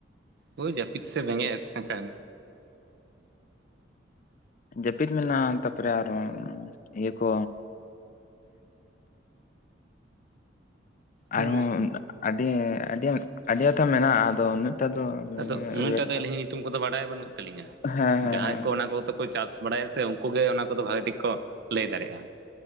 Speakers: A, on the right; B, on the left.
A: ᱦᱳᱭ ᱡᱟᱹᱯᱤᱫ ᱥᱮ ᱵᱮᱸᱜᱮᱫ ᱮ ᱛᱟᱦᱮᱸ ᱠᱟᱱ
B: ᱡᱟᱹᱯᱤᱫ ᱢᱮ ᱢᱟ ᱛᱟᱯᱚᱨᱮ ᱟᱨᱚ ᱤᱭᱟᱹ ᱠᱚ
A: ᱦᱮᱸ
B: ᱟᱨᱦᱚᱸ ᱟᱹᱰᱤ, ᱟᱹᱰᱤ, ᱟᱹᱰᱤ ᱟᱛᱷᱟ ᱢᱮᱱᱟᱜᱼᱟ ᱟᱫᱚ ᱩᱱᱟᱹᱜᱴᱟ ᱫᱚ
A: ᱟᱫᱚ ᱩᱱᱟᱹᱜᱴᱟᱜ
B: ᱩᱭᱦᱟᱹᱨ
A: ᱫᱚ
B: ᱮᱫᱟ
A: ᱟᱹᱞᱤᱧ ᱦᱚᱸ ᱧᱩᱛᱩᱢ ᱠᱚᱫᱚ ᱵᱟᱲᱟᱭ ᱵᱟᱹᱱᱩᱜ ᱛᱟᱹᱞᱤᱧᱟ,
B: ᱦᱮᱸ ᱦᱮᱸ
A: ᱡᱟᱦᱟᱸᱭ
B: ᱦᱮᱸ
A: ᱠᱚ ᱚᱱᱟ ᱠᱚ ᱛᱚ ᱠᱚ ᱪᱟᱥ ᱵᱟᱲᱟᱭᱟ ᱥᱮ ᱩᱱᱠᱩᱜ ᱜᱮ ᱚᱱᱟ ᱠᱚᱫᱚ ᱵᱷᱟᱜᱤ ᱴᱷᱤᱠ ᱠᱚ ᱞᱟᱹᱭ ᱫᱟᱲᱮᱭᱟᱜᱼᱟ